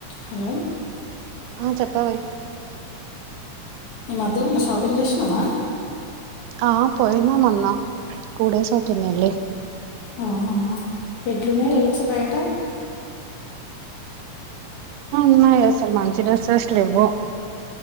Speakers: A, on the left (about 70°); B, on the right (about 85°).
A: Hello
B: ఆ చెప్పవే
A: ఈ మధ్యేమన్న షాపింగ్ చేసినావా
B: ఆ పోయినా మన్నా టుడేస్ అవుతుంది వెళ్లి
A: అవునా ఎట్లున్నాయి రేట్స్ బయట
B: ఉన్నాయా అసలు మంచి డ్రెస్సెస్లు లే వ్వు